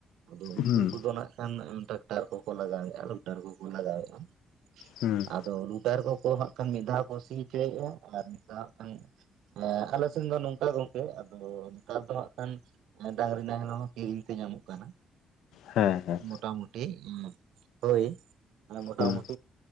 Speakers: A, on the right; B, on the left.
A: ᱟᱫᱚ ᱩᱱᱠᱩ
B: ᱦᱩᱸ
A: ᱠᱚᱫᱚ ᱱᱟᱜ ᱠᱷᱟᱱ ᱴᱨᱟᱠᱴᱟᱨ ᱠᱚᱠᱚ ᱞᱟᱜᱟᱣᱮᱟ ᱞᱩᱴᱟᱨ ᱠᱚᱠᱚ ᱞᱟᱜᱟᱣᱮᱟ ᱾
B: ᱦᱩᱸ᱾
A: ᱟᱫᱚ ᱨᱩᱴᱟᱨ ᱠᱚᱠᱚ ᱦᱟᱸᱜ ᱠᱷᱟᱱ ᱢᱤᱫ ᱫᱷᱟᱣ ᱠᱚ ᱥᱤ ᱦᱚᱪᱚᱭᱮᱟ ᱟᱨ ᱢᱤᱫ ᱫᱷᱟᱣ ᱦᱟᱸᱜ ᱠᱷᱟᱱ ᱮ ᱟᱞᱮ ᱥᱮᱱ ᱫᱚ ᱱᱚᱝᱠᱟ ᱜᱚᱝᱠᱮ᱾ ᱛᱚ ᱱᱮᱛᱟᱨ ᱫᱚ ᱦᱟᱸᱜ ᱠᱷᱟᱱ ᱰᱟᱝᱨᱤ ᱱᱟᱦᱮᱞ ᱦᱚᱸ ᱠᱤᱨᱤᱧ ᱛᱮ ᱧᱟᱢᱚᱜ ᱠᱟᱱᱟ᱾
B: ᱦᱮᱸ ᱦᱮᱸ
A: ᱢᱳᱴᱟᱢᱩᱴᱤ ᱦᱳᱭ ᱢᱚᱴᱟᱢᱩᱴᱤ
B: ᱦᱩᱸ